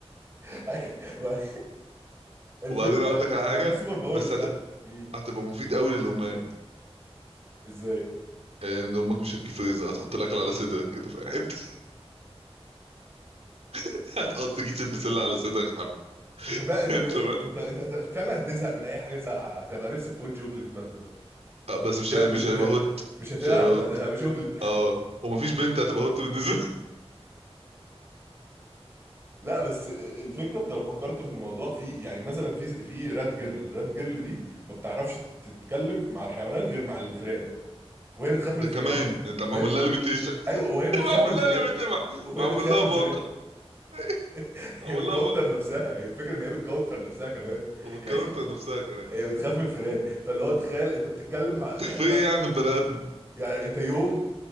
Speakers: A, on the right (about 25°); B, on the right (about 75°).
A: <laughs> ما- الفكره
B: وبعدين اقول
A: ان
B: لك على
A: إن
B: حاجه
A: في سوبر باورز
B: بس
A: فعلا
B: هت...
A: مم.
B: هتبقى مفيد قوي للامهات
A: ازاي
B: يعني امك مش هتجيب فريزر هتحط الاكل على صدرك كده في حته <laughs> هتحط كيس البسله على صدرك حبه
A: انت فا... انت
B: انت
A: م...
B: بقى
A: انت انت فعلا هتزهق من اي حاجه ساقعه هتبقى نفسك في وش شوكليت مثلا
B: آه، بس
A: مش
B: مش
A: هت...
B: هي- مش
A: مش هت...
B: هيبقى هوت
A: مش هتعرف
B: مش هيبقى هوت
A: <laughs> هتبقى شوكليت
B: اه ومفيش بنت هتبقى هوت بالنسبه <laughs>
A: لا بس الفكره انت لو فكرت في الموضوع في يعني مثلا في في رات جيرل رات جيرل دي ما بتعرفش تتكلم مع الحيوانات غير مع الفئران وهي بتخاف
B: ده
A: من الفئران
B: كمان انت معمول
A: وهي
B: لها ليميتيشن <laughs>
A: ايوه وهي بتخاف
B: معمول
A: من الفئران
B: لها ليميتيشن
A: وهي
B: معمول
A: بتخاف
B: لها
A: من
B: باقه
A: الفئران
B: <laughs>
A: <laughs>
B: معمول
A: هي بتكونتر
B: لها باقه
A: نفسها هي الفكره ان هي بتكونتر نفسها كمان
B: وبالكاونتر
A: <laughs> يعني
B: نفسها كمان
A: هي بتخاف من الفئران فاللي هو تخيل انت بتتكلم مع
B: <laughs> انت
A: يعني
B: في
A: بتا...
B: ايه يعني بني ادم
A: يعني انت يوم